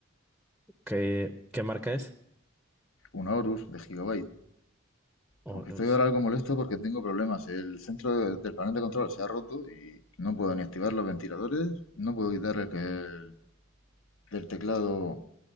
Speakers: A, in the centre; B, on the left.
A: qué, qué marca es?
B: Un Aorus de Gigabyte
A: O
B: Aunque
A: los-
B: estoy ahora algo molesto porque tengo problemas. El centro de- del panel de control se ha roto y no puedo ni activar los ventiladores, no puedo quitar el, que- el- del teclado